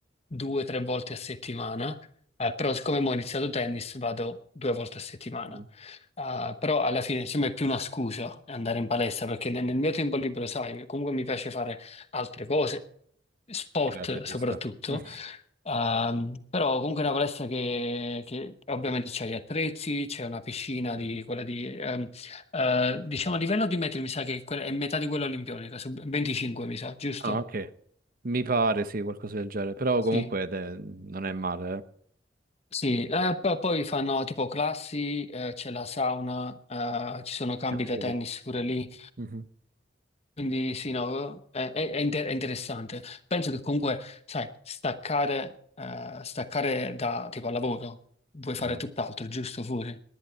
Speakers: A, on the left; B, on the right.
A: due o tre volte a settimana, eh, però siccome mo ho iniziato tennis vado due volte a settimana.
B: Mm.
A: Eh, però alla fine insomma è più una scusa andare in palestra perché nel, nel mio tempo libero, sai, comunque mi piace fare altre cose, sport
B: Certo, ci
A: soprattutto.
B: sta. <laughs>
A: Ehm, però comunque è una palestra che, che ovviamente c'è gli attrezzi, c'è una piscina di
B: Mhm.
A: quella di ehm, eh, diciamo a livello di metri mi sa che quella- è metà di quella olimpionica, su- 25 mi sa, giusto?
B: Ah, ok. Mi pare, sì, qualcosa del genere. Però
A: Sì.
B: comunque eh, non è male,
A: Sì, eh, p- poi fanno tipo classi, eh, c'è la sauna, eh, ci sono campi
B: eh. Ah,
A: da
B: figo.
A: tennis pure lì,
B: Mhm.
A: quindi sì, no, eh, è, è inter- è interessante. Penso che comunque, sai, staccare, eh, staccare da tipo al lavoro, vuoi fare
B: Eh.
A: tutt'altro, giusto fuori?